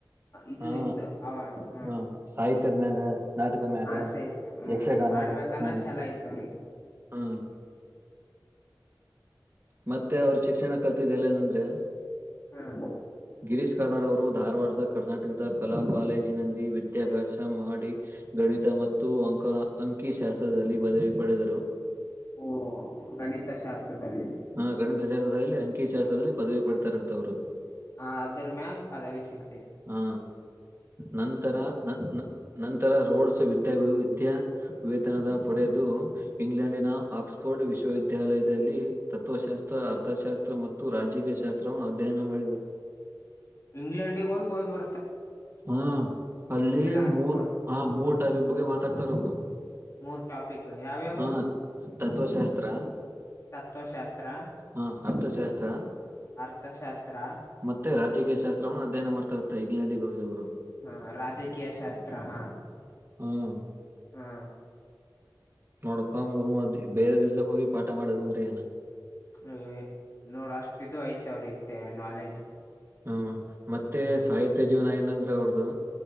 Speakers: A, on the left; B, on the right.
A: ಇದು
B: ಹಾ
A: ಇತ್ತು ಅವ ಹ್ಮ
B: ಹಾ ಸಾಹಿತ್ಯದ ಮ್ಯಾಗ, ನಾಟಕ ಮ್ಯಾಗ,
A: ಆಸೆ ಇತು ಹ್ಮ್
B: ಯಕ್ಷಗಾನ
A: ಮಾಡ್ಬೇಕನ್ನ್
B: ಹಾ
A: ಚಲ ಇತ ಅವ್ರಿಗೆ
B: ಹ್ಮ್ ಮತ್ತೆ ಅವರು ಶಿಕ್ಷಣ ಕಲ್ತಿದ್ದ ಎಲ್ಲ ನಂದ್ರೆ
A: ಹ್ಮ್
B: ಗಿರೀಶ್ ಕಾರ್ನಾಡ್ ಅವರು ಧಾರವಾಡದ ಕರ್ನಾಟಕದ ಕಲಾ ಕಾಲೇಜಿನಲ್ಲಿ ವಿದ್ಯಾಭ್ಯಾಸ ಮಾಡಿ ಗಣಿತ ಮತ್ತು ಅಂಕ ಅಂ ವಕಿ ಶಾಸ್ತ್ರದಲ್ಲಿ ಪದವಿ ಪಡೆದರು
A: ಓ ಗಣಿತಶಾಸ್ತ್ರದಲ್ಲಿ
B: ಹಾ ಗಣಿತ ಶಾಸ್ತ್ರದಲ್ಲಿ ಅಂಕಿಶಾಸ್ತ್ರದಲ್ಲಿ ಪದವಿ ಪಡತಾರಂತವರು
A: ಹ ಅದ್ರ ಮ್ಯಾಗ ಪದವಿ ಸಿಗ
B: ಹಾ ನಂತರ
A: ಹಾ
B: ನ ನಂತರ ರೋಡ್ಸ್ ವಿದ್ಯ ಿದ ವಿದ್ಯಾ ವೇತನದ ಪಡೆದು ಇಂಗ್ಲೆಂಡಿನ ಆಕ್ಸ್ಫೋರ್ಡ್ ವಿಶ್ವವಿದ್ಯಾಲಯದಲ್ಲಿ ತತ್ವಶಾಸ್ತ್ರ ಅರ್ಥಶಾಸ್ತ್ರ ಮತ್ತು ರಾಜಕೀಯ ಶಾಸ್ತ್ರವನ್ನು ಅಧ್ಯಯನ ಮಾಡಿದರು
A: ಇಂಗ್ಲಂಡಿಗೆಗಗ ಬರ್
B: ಹ್ಮ ಅಲ್ಲಿ
A: ಆಕ್ಸ್ಫರ್ಡ್
B: ಮೂರ್ ಹಾ ಮೂರ್ ಟೈಪ ಬಗ್ಗೆ ಮಾತಾಡ್ತಾರ ಅವರು
A: ಮೂರ್ ಟಾಪಿಕ್ ಯಾವ್ಯಾವು
B: ಹಾ ತತ್ತ್ವಶಾಸ್ತ್ರ
A: ತತ್ವಶಾಸ್ತ್ರ
B: ಹಾ ಅರ್ಥಶಾಸ್ತ್ರ
A: ಅರ್ಥಶಾಸ್ತ್ರ
B: ಮತ್ತೆ ರಾಜಕೀಯ ಶಾಸ್ತ್ರ ಅಧ್ಯಯನ ಮಾಡ್ತಾರತ್ತ ಇಂಗ್ಲೆಂಡಿಗೆ ಹೋಗಿ ಅವ್ರು
A: ಹಾ ರಾಜಕೀಯ ಶಾಸ್ತ್ರ ಹಾ
B: ಹ್ಮ್
A: ಹಾ
B: ನೋಡಪ್ಪಾ ಮೂರ್ ಮೂರ್ ದ ಬೇರೆ ದಿವ್ಸಕ್ಕೆ ಹೋಗಿ ಪಾಠ ಮಾಡದನ್್ರರಿ ಏನ
A: ಛೆ ನೋಡ ಅಷ್ಟು ಇದು ಐತೆ ಅವ್ರತೆ ನಾಲೆಜ್
B: ಹ್ಮ ಮತ್ತೆ
A: ಹ್ಮ್
B: ಸಾಹಿತ್ಯ ಜೀವನ ಏನಂದ್ರ ಅವ್ರದು.